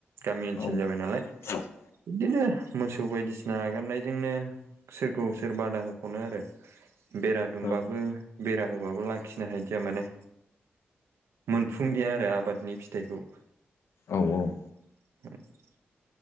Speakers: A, on the right; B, on the left.
A: गामि ओनसोल
B: औ
A: जाबाय नालाय
B: <unintelligible>
A: बिदिनो मोसौ बायदिसिना हेगारनायजोंनो सोरखौ सोर बादा होख'नो आरो बेरा दुमबाबो
B: औ
A: बेरा होबाबो लाखिनो हायदिया माने मोनफुंदिया आरो आबादनि फिथाइखौ
B: औ औ
A: <inaudible>